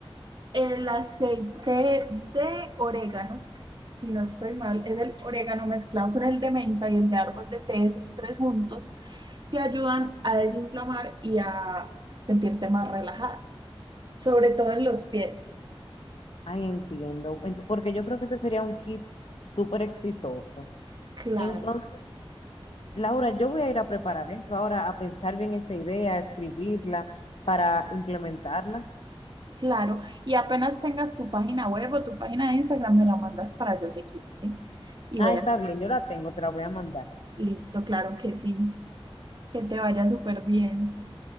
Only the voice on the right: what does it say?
el aceite de orégano, si no estoy mal, es el orégano mezclado con el de menta y el de árbol de té, esos tres juntos, te ayudan a desinflamar y a sentirte más relajada, sobre todo en los pies.
Claro.
Claro, y apenas tengas tu página web o tu página de Instagram, me la mandas para yo seguirte. Y
voy
a...
Listo, claro que sí. Que te vaya súper bien.